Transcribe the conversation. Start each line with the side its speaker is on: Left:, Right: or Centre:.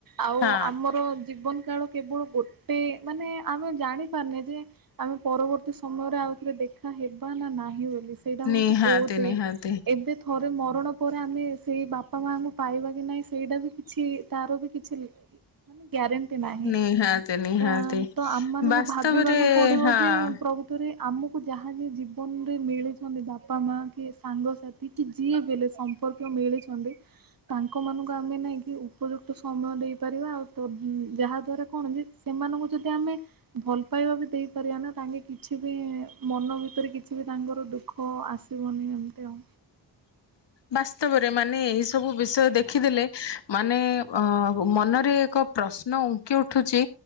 Right: ଆଉ
Left: ହଁ
Right: ଆମର ଜୀବନ କାଳ କେବଳ ଗୋଟେ ମାନେ ଆମେ ଜାଣିପାରୁନେ ଯେ ଆମେ ପରବର୍ତ୍ତୀ ସମୟରେ ଆଉଥରେ ଦେଖାହେବା ନା ନାହିଁ ବେଲି। ସେଇଟା ହଉଚି
Left: ନିହାତି
Right: ବହୁତ
Left: ନିହାତି
Right: ଏବେ ଥରେ ମରଣ ପର୍ ଆମେ ସେଇ ବାପା ମାଙ୍କୁ ପାଇବା କି ନାଇଁ ସେଇଟା ବି କିଛି ତାର ବି କିଛି ଗାରେଣ୍ ଟି ନାହିଁ
Left: ନିହାତି ନିହାତି
Right: ଏଁ ତ ଆମମାନଙ୍କୁ
Left: ବାସ୍ତବରେ
Right: ଭାବିବାକୁ ପଡିବ
Left: ହଁ
Right: ଯେ ପ୍ରକୃତରେ ଆମକୁ ଯାହା ବି ଜୀବନରେ ମିଳିଚନ୍ତି ବାପା ମା କି ସାଙ୍ଗସାଥି କି ଯିଏ ବେଲେ ସମ୍ପର୍କୀୟ ମିଳିଚନ୍ତି ତାଙ୍କ ମାନଙ୍କୁ ଆମେ ନେଇକି ଉପଯୁକ୍ତ ସମୟ ଦେଇପାରିବା ଆଉ ତ ଯାହା ଦ୍ଵାରା କଣ ଯେ ସେମାନଙ୍କୁ ଯଦି ଆମେ ଭଲ ପାଇବା ବି ଦେଇପାରିବା ନା ତାଙ୍କେ କିଛି ବି ମନ ଭିତରେ କିଛି ବି ତାଙ୍କର ଦୁଃଖ ଆସିବନି ଏମିତି ଆଉ।
Left: ବାସ୍ତବରେ ମାନେ ଏଇ ସବୁ ବିଷୟ ଦେଖିଦେଲେ ମାନେ ଅ ମନରେ ଏକ ପ୍ରଶ୍ନ ଉଙ୍କି ଉଠୁଚି